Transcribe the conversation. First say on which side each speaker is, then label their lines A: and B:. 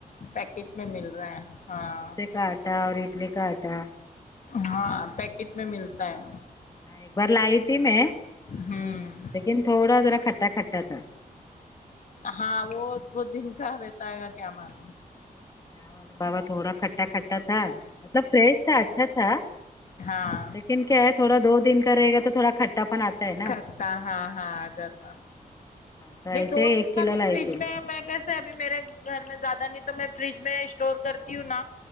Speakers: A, on the left; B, on the left.
A: پیکٹ میں مل رہے ہیں ہاں
B: کاآٹا اور اڈلی کاآٹا
A: ہاں پیکٹ میں ملتا ہے
B: ہاں ایک بار لائی تھی میں
A: ہوں
B: لیکن تھوڑا جرا کھٹا کھٹا تھا
A: ہاں وہ بہت دن کا رہتا ہے گا کیا معلوم
B: چاول بابا تھوڑا کھٹا کھٹا تھا مطلب فریش تھا اچھا تھا
A: ہاں
B: لیکن کیا ہے تھوڑا دو دن کا رہے گا تو تھوڑا کھٹا پن آتا ہے نا
A: کھٹا ہاں ہاں آ جاتا
B: ہاں تو
A: نہیں
B: ایسے
A: دو
B: ایک
A: دن
B: کلو
A: کا بھی
B: لائی
A: فریج
B: تھی
A: میں میں کہس سے ابھی میرے گھر میں زیادہ نہیں تو میں فریج میں اسٹور کرتی ہوں نا